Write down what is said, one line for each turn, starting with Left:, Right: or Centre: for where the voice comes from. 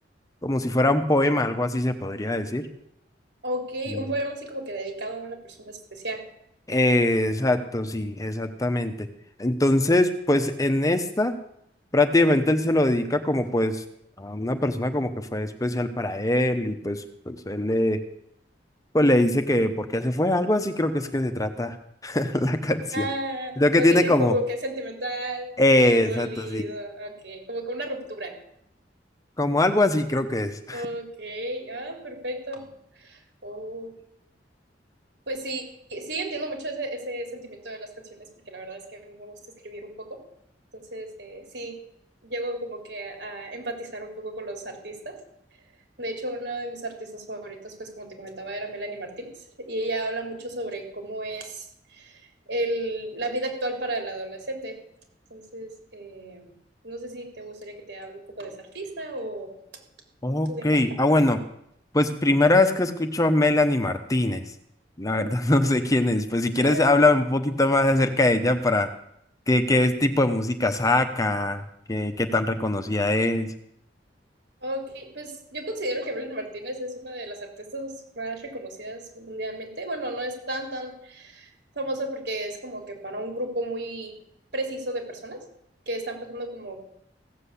Left: como si fuera un poema, algo así se podría decir.
Right: Ok,
Left: Mm.
Right: un poema así como que dedicado a una persona especial.
Left: Eh, exacto, sí, exactamente. Entonces, pues en esta, prácticamente él se lo dedica como pues a una persona como que fue especial para él y pues, pues él le, pues le dice que por qué se fue, algo así creo que es que se trata <laughs> la canción.
Right: Ah,
Left: Lo que
Right: ok,
Left: tiene
Right: es
Left: como,
Right: como que sentimental
Left: eh,
Right: y dolido.
Left: exacto, sí,
Right: Ok, como que una ruptura.
Left: como algo así creo que es.
Right: Ok, ah, perfecto. Oh. Pues sí, sí entiendo mucho ese, ese sentimiento de las canciones, porque la verdad es que a mí me gusta escribir un poco. Entonces, eh, sí, llego como que a a empatizar un poco con los artistas. De hecho, una de mis artistas favoritos, pues como te comentaba, era Melanie Martínez, y ella habla mucho sobre cómo es el, la vida actual para el adolescente. Entonces, eh, no sé si te gustaría que te hable un poco de esa artista o
Left: Ok,
Right: tú dime.
Left: ah bueno, pues primera vez que escucho a Melanie Martínez. La verdad <laughs> no sé quién es. Pues si quieres
Right: Ah,
Left: háblame un poquito más acerca de ella para qué, qué tipo de música saca, qué, qué tan reconocida es.
Right: Ok, pues yo considero que Evelyn Martínez es una de las artistas más reconocidas mundialmente. Bueno, no es tan tan famosa porque es como que para un grupo muy preciso de personas que están pasando como